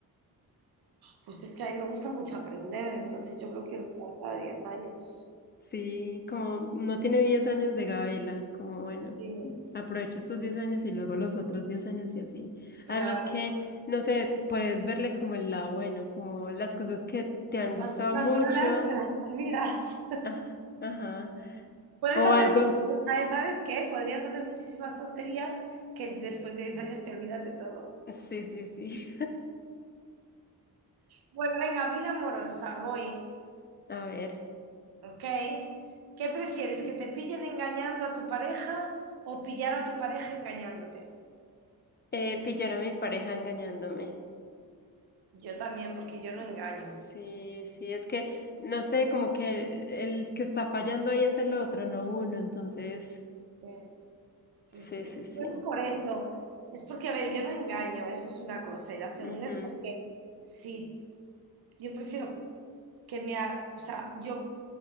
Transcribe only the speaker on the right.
pues es que a mí me gusta mucho aprender, entonces yo creo que olvidar cada 10 años.
Sí,
claro.
Las cosas
malas te las olvidas. <laughs>
Puedes
hacer
muchas, ¿sabes qué? Podrías hacer muchísimas tonterías que después de 10 años te olvidas de todo.
Bueno, venga, vida amorosa, voy,
¿ok? ¿Qué prefieres, que te pillen engañando a tu pareja o pillar a tu pareja engañándote?
Yo también, porque yo no engaño.
Eh, Sí,
sí.
Yo no por eso. Es porque, a ver, yo no engaño, eso es una cosa. Y la segunda
es porque si Yo prefiero que me haga, o sea, yo